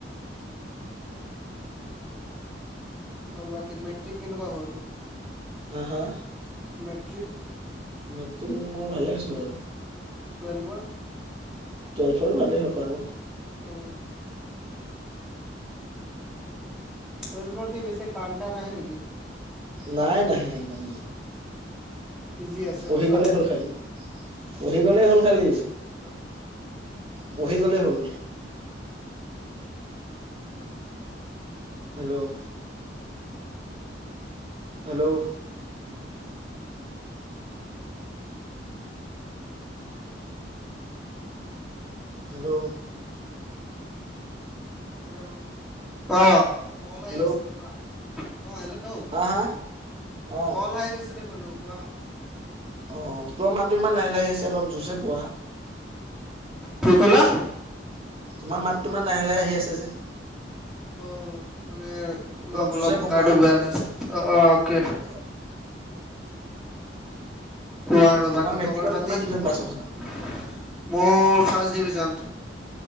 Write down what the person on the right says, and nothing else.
হা হা!
মেট্ৰিক মোৰ ভালে আছে বাৰু
টুৱেলভৰ ভালেই হ'ল বাৰু
নাই নাহে একদম,
পঢ়ি
গলেই হল খালি পঢ়ি গলেই হল খালি।
পঢ়ি গলেই হ'ল। হেল্ল' হেল্ল', হেল্ল',
হেল্ল'
হা হা অ
অ অ তোমাৰ মাতো ইমান লাহে লাহি আছে অলপ জোছে কোৱা।
তোমাৰ মাত তো ইমান লাহে লাহে আহি আছে যে।
জোৰছে
ক'বা
অ
অ
তোমাৰ
মেট্ৰিকত
কিমান ডিভিজন
পাছ হৈছা